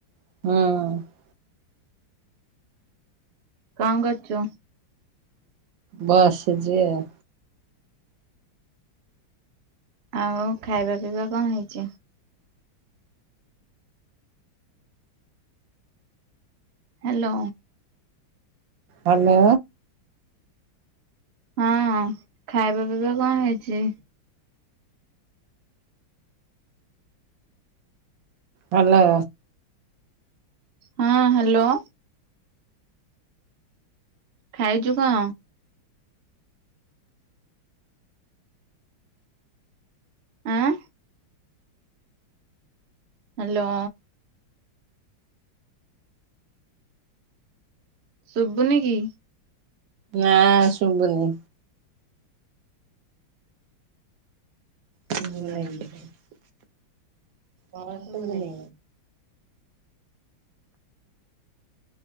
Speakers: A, on the right; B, on the right.
A: ଉଁ।
B: କଣ କରୁଛୁ?
A: ବସିଚି ଆଉ।
B: ଆଉ ଖାଇବା ପିଇବା କଣ ହେଇଛି? ହ୍ୟାଲୋ।
A: ହେଲୋ।
B: ହଁ ଖାଇବା ପିଇବା କଣ ହେଇଛି?
A: ହେଲୋ
B: ହଁ ହ୍ୟାଲୋ ଖାଇଛୁ କଣ? ଆଁ। ହ୍ୟାଲୋ ଶୁଭୁନି କି?
A: ନା ଶୁଭୁନି
B: ଶୁଭୁନି
A: <inaudible>
B: କିଛି <unintelligible>
A: କଣ ଶୁଭୁନି?
B: <unintelligible>